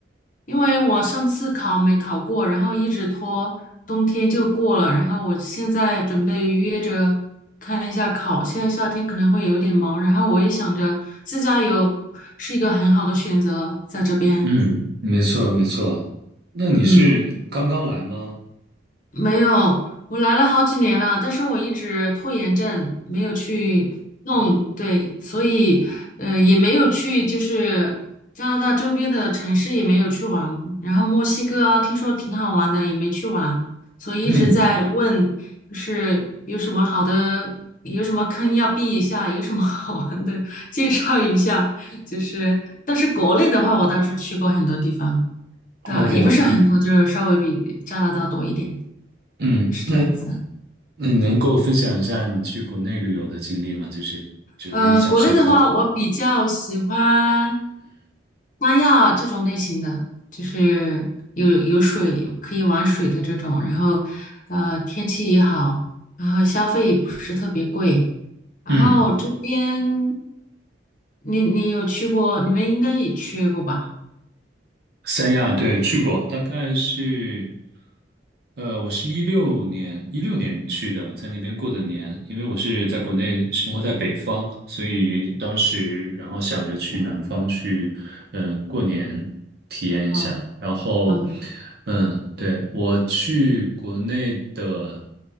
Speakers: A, on the left; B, on the right.
A: 因为我上次考没考过，然后一直拖，冬天就过了，然后我现在准备约着看一下考，现在夏天可能会有点忙，然后我也想着自驾游是一个很好的选择，在这边，
B: 嗯，没错没错。那你是刚刚来吗？
A: 嗯。没有，我来了好几年了，但是我一直拖延症，没有去弄，对，所以呃也没有去，就是加拿大周边的城市也没有去玩，然后墨西哥啊，听说挺好玩的，也没去玩，所以一直在问，
B: 嗯。
A: 就是有什么好的，有什么坑要避一下，有什么 <laughs> 好玩的介绍一下，就是，但是国内的话，我倒是去过很多地方，但也不是很多，
B: OK，
A: 就是稍微比加拿大多一点。
B: 嗯，
A: 是这样子。
B: 那那你能够分享一下你去国内旅游的经历吗？就是觉得印象深刻。
A: 呃，国内的话，我比较喜欢三亚这种类型的，就是有有水可以玩水的这种，然后呃天气也好，然后消费也不是特别贵，然后这边
B: 嗯。
A: 你你有去过，你们应该也去过吧？
B: 三亚对去过，大概是呃，我是一六年一六年去的，在那边过的年，因为我是在国内生活在北方，所以当时然后想着去南方去，嗯，过年体验一下。
A: 嗯
B: 然后，
A: 嗯
B: 嗯，对，我去国内的